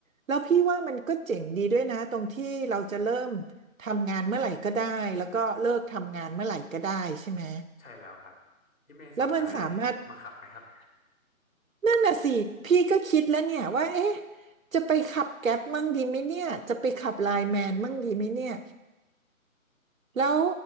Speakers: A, on the right; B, on the left.
A: แล้วพี่ว่ามันก็เจ๋งดีด้วยนะตรงที่เราจะเริ่มทำงานเมื่อไหร่ก็ได้แล้วก็เลิกทำงานเมื่อไหร่ก็ได้ใช่ไหม
B: ใช่แล้วครับพี่เมย์สนใจ
A: แล้วมันสามารถ
B: มาขับไหมครับ
A: นั่นน่ะสิพี่ก็คิดแล้วเนี่ยว่าเอ๊ะจะไปขับแก๊ปมั่งดีไหมเนี่ยจะไปขับไลน์แมนมั่งดีไหมเนี่ยแล้ว